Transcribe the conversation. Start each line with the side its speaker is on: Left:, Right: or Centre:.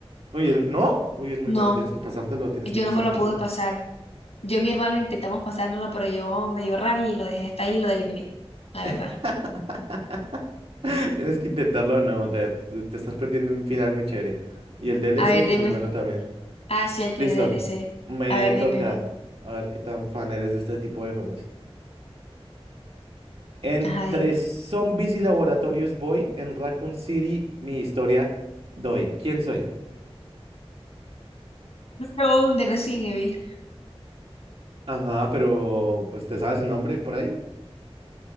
Right: Uy, es- ¿no? Uy, es muy
Left: No,
Right: bueno. Tienes que pasártelo, tienes
Left: yo
Right: que pasártelo.
Left: no me lo pude pasar. Yo y mi hermano intentamos pasárnoslo, pero yo me dio rabia y lo dejé hasta ahí y lo eliminé, la verdad.
Right: <laughs> Tienes que intentarlo, no. Te, te estás perdiendo un final muy chévere. Y el D L
Left: A
Right: C
Left: ver,
Right: es
Left: dime.
Right: muy bueno también.
Left: Ah, sí, él tiene
Right: Listo,
Left: DLC.
Right: me
Left: A ver,
Right: toca.
Left: dime uno.
Right: A ver qué tan fan eres de este tipo de juegos. Entre
Left: Ajá, dime.
Right: zombies y laboratorios voy, en Raccoon City mi historia doy. ¿Quién soy?
Left: No, de Resident Evil.
Right: Ajá, pero pues ¿te sabes el nombre por ahí?